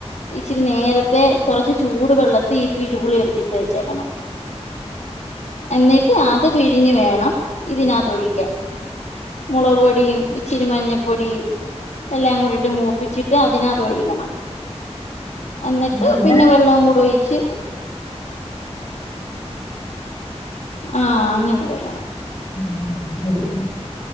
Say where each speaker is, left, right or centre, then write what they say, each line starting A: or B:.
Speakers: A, on the left (about 75°); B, on the left (about 45°).
A: ഇച്ചിരി നേരത്തെ കുറച്ച് ചൂട് വെള്ളത്തിൽ ഈ പിഴുപുളി എടുത്തിട്ട് വെച്ചേക്കണം എന്നിട്ട് ആദ്യ അത് പിഴിഞ്ഞു വേണം ഇതിനാ തൊഴിക്കാൻ മുളക് പൊടിയും ഇത്തിരി മഞ്ഞപ്പൊടിയും എല്ലാം കൂടിട്ട് മൂപ്പിച്ചിട്ട് അതിനകത്ത് ഒഴിക്കണം എന്നിട്ട്
B: അങ്ങനെ
A: പിന്നെ വെള്ളം കൂടെ ഒഴിച്ച് ആഹ അങ്ങനെയട കാണാം
B: ആ വിളിക്കുന്നത്